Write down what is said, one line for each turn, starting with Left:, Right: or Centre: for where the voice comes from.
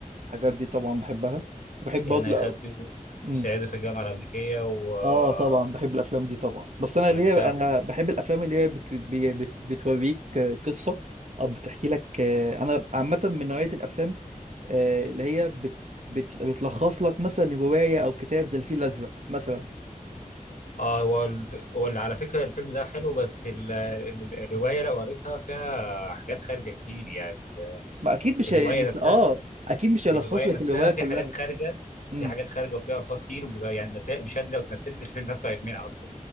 Right: الحاجات دي طبعا بحبها وبحب
Left: يعني
Right: برضه
Left: يا خالتي و-
Right: امم
Left: وصعيدي في الجامعه الامريكيه و آه،
Right: اه طبعا بحب الافلام دي طبعا بس انا
Left: ومش
Right: ليا
Left: عارف
Right: انا بحب الافلام اللي هي بت... بي- بت... بتوريك قصة او بتحكي لك آه، انا عامة من نوعية الافلام آه، اللي هي بت... بت... بتلخص لك مثلا رواية او كتاب زي الفيل الازرق مثلا
Left: اه هو ال- هو اللي على فكره الفيلم ده حلو بس ال- ال- الروايه لو قريتها فيها حاجات خارجه كتير يعني
Right: ما اكيد مش
Left: آه، الروايه
Right: هي... مش
Left: نفسها
Right: اه اكيد مش
Left: يعني
Right: هيلخص
Left: الروايه
Right: لك
Left: نفسها
Right: الروايه
Left: في
Right: كلها
Left: حاجات خارجه
Right: امم
Left: في حاجات خارجه وفيها الفاظ كتير وبيبقى يعني المسا- المشاهد دي لو اتمثلت الفيلم نفسه هيتمنع اصلا